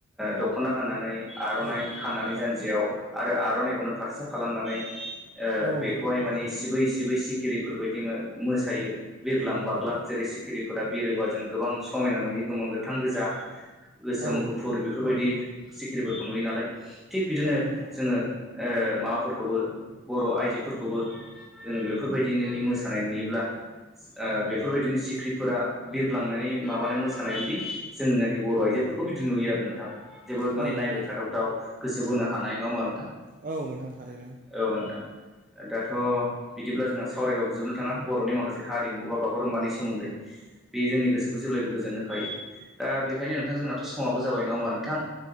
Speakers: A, in the centre; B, on the right.
A: दख'ना गाननानै आर'नाइ
B: औ नंगौ
A: खानानै
B: नोंथां थारैनो
A: जानजियाव आरो आर'नाइखौनो फारसा खालामनानै
B: औ
A: बे
B: नंगौ
A: खौहाय
B: नोंथां
A: माने
B: थारैनो
A: सिबै सिबै सिखिरिफोरबायायदि मोसायो बिरग्लां
B: नंगौ नोंथां
A: बाग्लां
B: थारैनो
A: जेरै सिखिरि फोर बिरोबा जों गोबां समायना नुयो गोबां गोथां गोजा गोसोम
B: औ
A: गुफुर
B: नोंथां
A: बेफोरबायदि सिखिरिफोरखौ नुयो नालाय। थिग बिदिनो
B: औ नोंथां
A: जोङो ओ माफोरखौबो बर' आइजो फोरखौबो जोङो बेफोरबायदि नोंनि मोसानाय नुयोब्ला ओ बेफोरबायदिनो सिख्रिफोरा बिरग्लांनानै माबाना मोसानाय बिदि जों नाखि बर' आइजो बेफोरखौ बिदि नुयो आरो नोंथां। जोबोद माने
B: औ
A: नायबाय
B: नोंथां
A: थाथावथाव गोसो बोनो हानाय। नङा होमबा नों थां
B: औ नोंथां थारैनो
A: औ नोंथां। ओ दाथ' बिदिब्ला जोंहा सावरायबाबो जोबनो थाङा बर'नि माखासे हारिमु बा बागुरुम्बानि सोमोन्दै। बे जोंनि गोसोखौ जेब्लायबो गोजोन होखायो। दा बेखायनो नोंथां जोंनाथ' समाबो जाबाय। नङा होमबा नोंथां?